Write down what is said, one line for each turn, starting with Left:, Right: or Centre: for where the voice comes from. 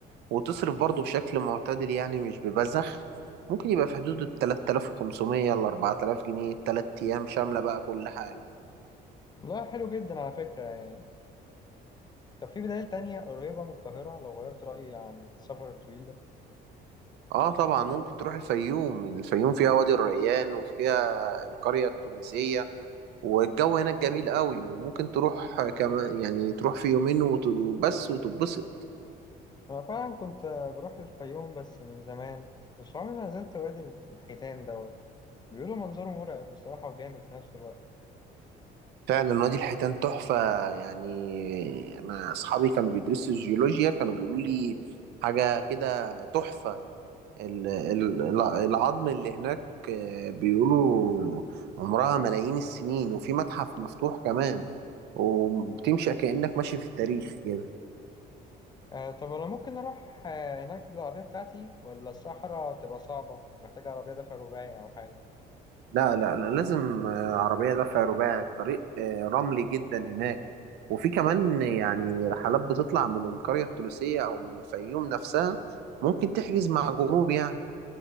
Right: وتصرف برضه بشكل معتدل يعني مش ببذخ ممكن يبقى في حدود ال 3500 ل 4000 جنيه التلات أيام شاملة بقى كل حاجة
Left: والله حلو جدا على فكره يعني طب في بدائل تانية قريبة من القاهرة لو غيرت رأيي عن السفر الطويل ده
Right: اه طبعا ممكن تروح الفيوم الفيوم فيها وادي الريان وفيها القرية التونسية والجو هناك جميل قوي وممكن تروح كمان يعني تروح في يومين وت- وبس وتتبسط
Left: أنا فعلا كنت بروح الفيوم بس من زمان بس عمري ما نزلت وادي الحيتان دوت بيقولوا منظره مرعب بصراحة وجامد في نفس الوقت
Right: فعلا وادي الحيتان تحفة يعني انا اصحابي كانوا بيدرسوا الجيولوجيا كانوا بيقولوا لي حاجة كده تحفة ال- ال- العظم اللي هناك آه، بيقولوا عمرها ملايين السنين وفي متحف مفتوح كمان وبتمشي كأنك ماشي في التاريخ كده.
Left: آه طب انا ممكن اروح آه هناك بالعربية بتاعتي ولا الصحراء تبقى صعبة محتاجة عربية دفع رباعي او حاجة
Right: لا لا لا لازم آه، عربية دفع رباعي الطريق آه، رملي جدا هناك وفي كمان يعني رحلات بتطلع من القرية التونسية أو من الفيوم نفسها ممكن تحجز مع جروب يعني